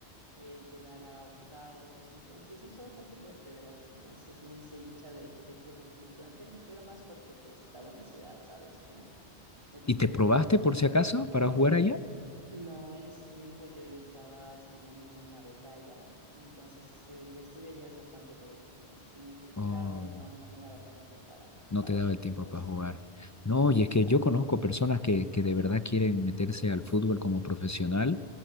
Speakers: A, on the right; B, on the left.
A: eh, llegar a octavos, entonces hizo bastante fuerte, verás, entonces me hice hincha de, del Fútbol Club Twente, pero más porque pues estaba en la ciudad, ¿sabes? Como el típico
B: ¿Y te probaste
A: equipo.
B: por si acaso para jugar allá?
A: No, en ese tiempo yo ya estaba estudiando con una beca allá, entonces el estudio allá es bastante duro, entonces tenía que enfocarme
B: ¿O
A: y no, no me daba el tiempo para,
B: no
A: para
B: te daba
A: irme
B: el tiempo
A: por ese.
B: para jugar? No,
A: Exacto,
B: y es que yo conozco personas que, que de verdad quieren meterse al fútbol como profesional